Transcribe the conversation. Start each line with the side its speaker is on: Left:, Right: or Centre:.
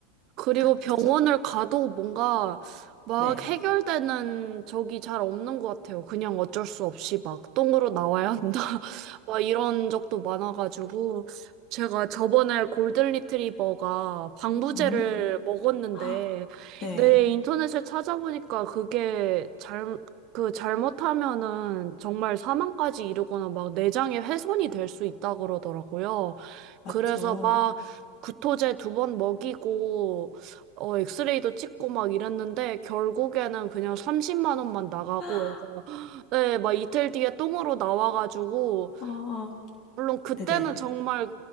Right: 그리고
Left: 그,
Right: 병원을
Left: 그쵸?
Right: 가도 뭔가 막
Left: 네.
Right: 해결되는 적이 잘 없는 것 같아요. 그냥 어쩔 수 없이 막 똥으로 나와야 한다. <laughs> 막 이런 적도 많아가지고. 제가 저번에 골든 리트리버가 방부제를
Left: 음?
Right: 먹었는데,
Left: <gasps> 헉, 네,
Right: 네, 인터넷에 찾아보니까 그게 잘, 그 잘못하면은 정말 사망까지 이르거나 막 내장에 훼손이 될 수 있다 그러더라고요.
Left: 맞죠.
Right: 그래서 막 구토제 두 번 먹이고, 어, 엑스레이도 찍고 막 이랬는데, 결국에는 그냥 30만 원만 나가고,
Left: <gasps>
Right: 해서, 네, 막 이틀 뒤에 똥으로 나와가지고,
Left: 어,
Right: 물론 그때는
Left: 네네.
Right: 정말